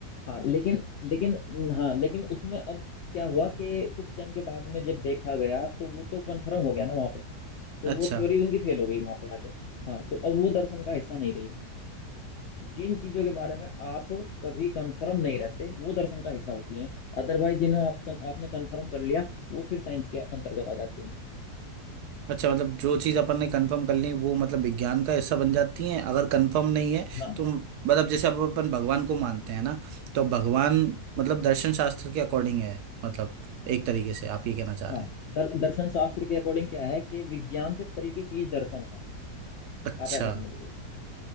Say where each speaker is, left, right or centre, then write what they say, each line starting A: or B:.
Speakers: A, on the left (about 80°); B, on the right (about 75°).
A: हाँ लेकिन लेकिन हाँ लेकिन उसमें अब क्या हुआ कि कुछ टाइम के बाद में जब देखा गया तो वो तो कंफर्म हो गया ना वहाँ पे तो
B: अच्छा
A: वो थ्योरी उनकी फेल हो गई वहाँ पे आके हाँ तो अब वो दर्शन का हिस्सा नहीं रही जिन चीजों के बारे में आप कभी कंफर्म नहीं रहते वो दर्शन का हिस्सा होती हैं अदरवाइज जिन्हें आप आपने कंफर्म कर लिया वो फिर साइंस के अंतर्गत आ जाती हैं
B: अच्छा मतलब जो चीज अपन ने कंफर्म कर ली वो मतलब विज्ञान का हिस्सा बन जाती है अगर कंफर्म नहीं है
A: हाँ
B: तो मतलब जैसे अब अपन
A: हाँ
B: भगवान को मानते हैं ना तो भगवान मतलब दर्शन शास्त्र के अकॉर्डिंग है मतलब एक तरीके से आप ये कहना चाह रहे
A: हाँ
B: हैं
A: दर, दर्शन शास्त्र के अकॉर्डिंग क्या है कि विज्ञान से परे की चीज दर्शन है
B: अच्छा
A: आप ऐसा समझिए